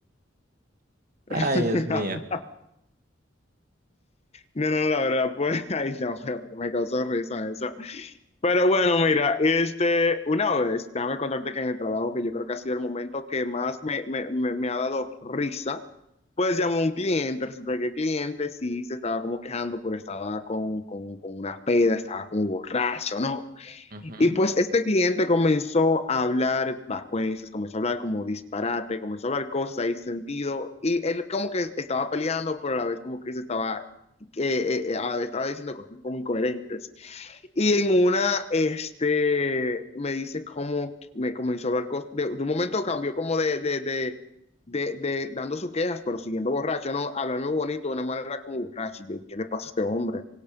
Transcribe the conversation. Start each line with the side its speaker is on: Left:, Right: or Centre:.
Left: <laughs>
Right: Ay, Dios mío.
Left: No, no, la verdad, pues, <laughs> ahí no, pero me causó risa eso. Pero bueno, mira, este, una vez, déjame contarte que en el trabajo, que yo creo que ha sido el momento que más me, me, me- me ha dado risa, pues llamó un cliente, resulta que el cliente sí se estaba como quejando, porque estaba con, con, con una peda, estaba como borracho, ¿no?
Right: Ujú.
Left: Y pues este cliente comenzó a hablar vacuencias, comenzó a hablar como disparate, comenzó a hablar cosas ahí sin sentido. Y él como que estaba peleando, pero a la vez como que se estaba, eh, eh, a la vez estaba diciendo cosas como incoherentes. Y en una, este, me dice cómo me comenzó a hablar cosas. De, de un momento cambió como de, de, de, de, de dando sus quejas, pero siguiendo borracho, ¿no? Hablarme bonito de una manera como borracho. Y yo, ¿Qué le pasa a este hombre?